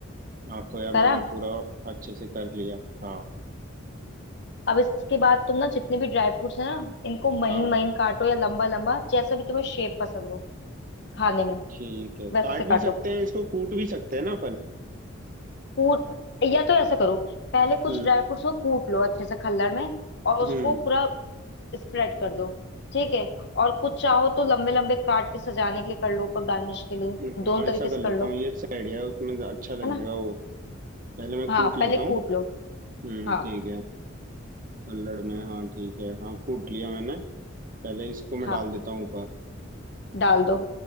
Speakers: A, on the right (about 40°); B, on the left (about 55°).
A: हाँ खोया
B: करा
A: मैंने पूरा अच्छे से कर लिया हाँ
B: अब इसके बाद तुम ना जितने भी ड्राई फ्रूट्स है ना इनको महीन
A: हाँ हाँ,
B: महीन काटो या लंबा लंबा जैसा भी तुम्हें शेप पसंद हो खाने में
A: ठीक है काट
B: वैसे काटो
A: भी सकते हैं इसको कूट भी सकते हैं ना अपन
B: कूट या तो ऐसा करो पहले कुछ
A: हम्म
B: ड्राई फ्रूट्स को कूट लो अच्छे से खल्लड़ में और
A: हम्म
B: उसको पूरा स्प्रेड कर दो ठीक है और कुछ चाहो तो लंबे लंबे काट के सजाने के लिए कर लो ऊपर गार्निश के लिए
A: हाँ
B: दोनों तरीके
A: ऐसा कर
B: से
A: लेता
B: कर लो
A: हूँ ये सही आइडिया है उसमें अच्छा लगेगा
B: है ना
A: वो पहले मैं कूट
B: हाँ
A: लेता
B: पहले
A: हूँ
B: कूट लो
A: हम्म
B: हाँ
A: ठीक है पल्लड़ में हाँ ठीक है हाँ कूट लिया मैंने पहले इसको मैं
B: हाँ
A: डाल देता हूँ ऊपर
B: डाल दो